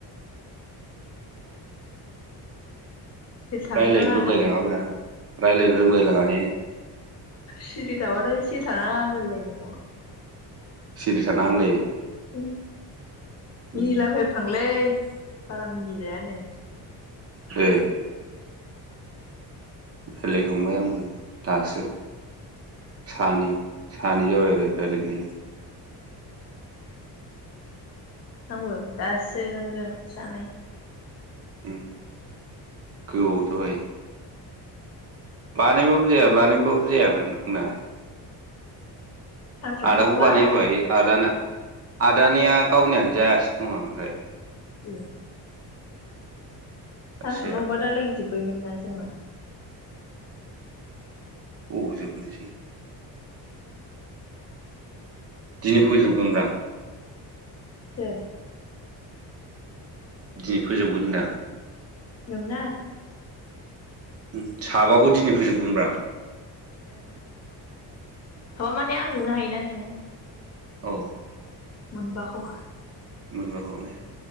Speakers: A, on the left; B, on the right.
A: सिरि थानो
B: रायज्लायनो
A: नाङा
B: रोंलायलाङाब्रा रायज्लायनो रोंलायलाङ ने
A: सिरि थाबाथ' सिरि थानाङाालायलाय नांगौ।
B: सिरि थानांआ होनलायो
A: ओम मिनिलाबायैफ्लांलै
B: उम
A: बारा मिनि जाया ने
B: ए रायलायखांबाय आंबो दासो
A: ओं
B: सानै सानै जाबाय आरो राय्लायनाया
A: आंबो दासो नोंजों जानै
B: ओम गोबाव जाबाय बानायबाबो जाया बानायबो जायामोन बुंंना
A: सानफ्रावनो
B: आदाखौबानाय
A: हरबा
B: होबाय आदा ना आदानिया गावनियानो जायासैखोमा ओमफ्राय।
A: ओम सानफ्रावनो
B: सासेया
A: होरबा दाहालागे जोब सैमोन ना जोंना।
B: अबाव जोबनोसै दिनै फोजोबगोनब्रा आं।
A: सोर
B: दिनै फोजोबगोन होनदां आं
A: नोंना
B: हम साबाखौ दिनै फोजोबगोनब्रा आं।
A: ए साबा माने आं जोंनो हायोना नोङो
B: औ।
A: मोनबाखौ
B: मोनबाखौने